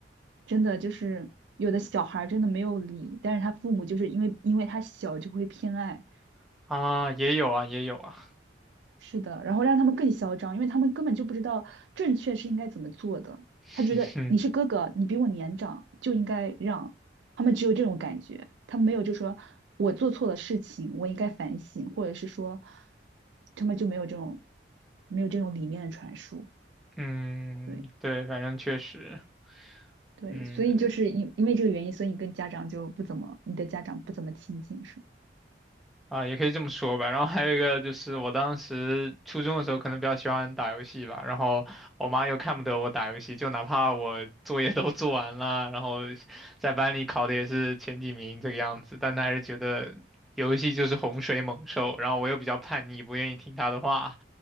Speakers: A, on the right; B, in the centre.
A: 真的就是有的小孩儿真的没有理，但是他父母就是因为因为他小就会偏爱，
B: <laughs> 啊，也有啊，也有啊，
A: 是的，然后让他们更嚣张，因为他们根本就不知道正确是应该怎么做的。他觉得你是哥哥，
B: <laughs> 嗯
A: 你比我年长，就应该让。他们只有这种感觉，他们没有就说我做错了事情，我应该反省，或者是说他们就没有这种没有这种理念的传输。
B: 嗯，
A: 对
B: 对，反正确实。
A: 对，
B: 嗯，
A: 所以就是因因为这个原因，所以你跟家长就不怎么，你的家长不怎么亲近，是吗？
B: 啊，也可以这么说吧。然后还有一个就是，我当时初中的时候可能比较喜欢打游戏吧，然后我妈又看不得我打游戏，就哪怕我作业都做完了，然后在班里考的也是前几名这个样子，但她还是觉得游戏就是洪水猛兽，然后我又比较叛逆，不愿意听她的话，